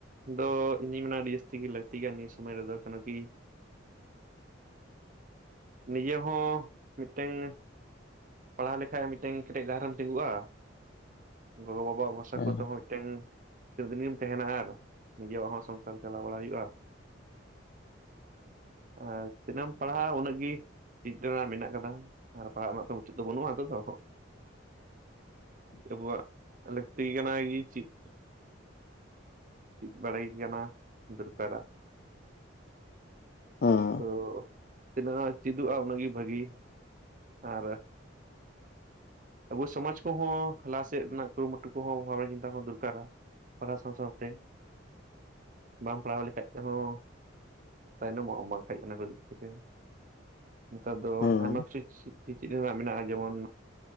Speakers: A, on the right (about 40°); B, on the left (about 50°).
A: ᱫᱚ ᱤᱧᱤᱧ ᱢᱮᱱᱟ ᱟᱹᱰᱤ ᱡᱟᱹᱥᱛᱤ ᱜᱮ ᱞᱟᱹᱠᱛᱤ ᱠᱟᱱ ᱜᱮᱭᱟ ᱱᱤᱭᱟᱹ ᱥᱚᱢᱚᱭ ᱨᱮᱫᱚ ᱠᱚᱱᱚ ᱠᱤ ᱱᱤᱡᱮ ᱦᱚᱸ ᱢᱤᱫᱴᱟᱝ ᱯᱟᱲᱦᱟᱣ ᱞᱮᱠᱷᱟᱡ ᱢᱤᱫᱴᱮᱱ ᱠᱮᱴᱮᱡ ᱫᱷᱟᱨᱮᱢ ᱛᱤᱸᱜᱩᱜᱼᱟ ᱜᱚᱜᱚᱼᱵᱟᱵᱟᱣᱟᱜ ᱵᱷᱚᱨᱥᱟ
B: ᱦᱩᱸ
A: ᱠᱚ ᱛᱮᱦᱚᱸ ᱢᱤᱫᱴᱮᱱ ᱛᱤᱱᱟᱹᱜ ᱫᱤᱱ ᱜᱮᱢ ᱛᱟᱦᱮᱱᱟ ᱟᱨ ᱱᱤᱡᱮᱨᱟᱜ ᱦᱚᱸ ᱥᱚᱝᱥᱟᱨ ᱪᱟᱞᱟᱣ ᱵᱟᱲᱟ ᱦᱩᱭᱩᱜᱼᱟ ᱟᱨ ᱛᱤᱱᱟᱹᱜ ᱮᱢ ᱯᱟᱲᱦᱟᱜᱼᱟ ᱩᱱᱟᱹᱜ ᱪᱮᱫ ᱨᱮᱱᱟᱜ ᱢᱮᱱᱟᱜ ᱟᱠᱟᱫᱟ ᱟᱨ ᱯᱟᱲᱦᱟᱜ ᱨᱮᱱᱟᱜ ᱛᱚ ᱢᱩᱪᱟᱹᱫ ᱫᱚ ᱵᱟᱹᱱᱩᱜ ᱦᱤᱛᱚᱜ ᱫᱚ ᱟᱵᱚᱣᱟᱜ ᱞᱟᱹᱠᱛᱤ ᱠᱟᱱᱟ ᱜᱤ ᱪᱤᱜ ᱪᱤᱫ ᱵᱟᱲᱟᱭ ᱠᱟᱱᱟ ᱫᱚᱨᱠᱟᱨᱟ
B: ᱦᱩᱸ
A: ᱦᱳ ᱛᱤᱱᱟᱹᱜ ᱦᱟᱜ ᱪᱮᱫᱚᱜᱼᱟ ᱩᱱᱟᱹᱜ ᱜᱮ ᱵᱷᱟᱜᱤ ᱟᱨ ᱟᱵᱚ ᱥᱚᱢᱟᱡᱽ ᱠᱚᱦᱚᱸ ᱞᱟᱦᱟᱥᱮᱫ ᱨᱮᱱᱟᱜ ᱠᱩᱨᱩᱢᱩᱴᱩ ᱠᱚᱦᱚᱸ ᱵᱷᱟᱵᱽᱱᱟ ᱪᱤᱱᱛᱟ ᱦᱚᱸ ᱫᱚᱨᱠᱟᱨᱟ ᱯᱟᱲᱦᱟᱣ ᱥᱟᱶ ᱥᱟᱶᱛᱮ ᱵᱟᱢ ᱯᱟᱲᱦᱟᱣ ᱞᱮᱠᱷᱟᱡ ᱦᱚᱸ ᱛᱟᱭᱱᱚᱢᱚᱜ ᱟᱢ ᱵᱟᱝᱠᱷᱟᱡ ᱟᱱᱟ ᱠᱚ ᱫᱤᱠ ᱛᱷᱮᱠᱮ ᱱᱮᱛᱟᱨ ᱫᱚ
B: ᱦᱩᱸ
A: ᱟᱭᱢᱟ ᱠᱤᱪᱷᱩ ᱪᱤᱫ ᱪᱮᱫ ᱨᱮᱱᱟᱜ ᱢᱮᱱᱟᱜᱼᱟ ᱡᱮᱢᱚᱱ